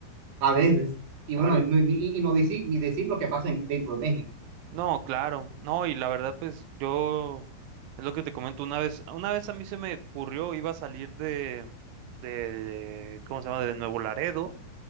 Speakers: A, on the right (about 35°); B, on the right (about 85°).
A: a veces, y
B: Órale.
A: bueno, y, y- y no decir, ni decir lo que pasa en- dentro de México,
B: No, claro, no, y la verdad, pues yo, es lo que te comento, una vez, una vez a mí se me ocurrió, iba a salir de, de, ¿cómo se llama?, de Nuevo Laredo,